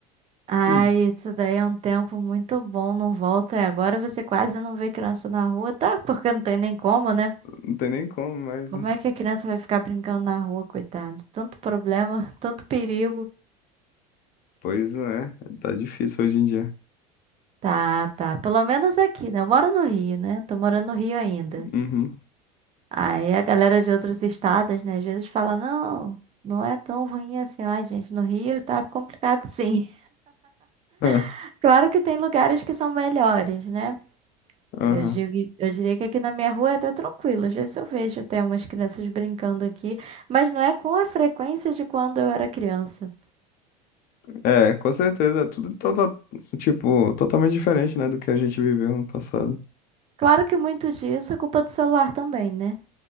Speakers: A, on the right; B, on the left.
A: Ai,
B: Hum,
A: isso daí é um tempo muito bom, não volta. E agora você quase não vê criança na rua. Tá, porque não tem nem como, né?
B: não tem nem como, mas.
A: Como é que a criança vai ficar brincando na rua, coitado? Tanto problema, <laughs> tanto perigo.
B: Pois não é, tá difícil hoje em dia.
A: Tá, tá. Pelo menos aqui, né? Eu moro no Rio, né? Tô morando no Rio ainda.
B: Uhum.
A: Aí a galera de outros estados, né, às vezes fala, não, não é tão ruim assim. Ai, gente, no Rio tá complicado sim.
B: É,
A: <laughs> Claro que tem lugares que são melhores, né?
B: aham.
A: Eu digo, eu diria que aqui na minha rua é até tranquilo. Às vezes eu vejo até umas crianças brincando aqui, mas não é com a frequência de quando eu era criança.
B: É, com certeza. é Tudo toda, tipo, totalmente diferente, né, do que a gente viveu no passado.
A: Claro que muito disso é culpa do celular também, né?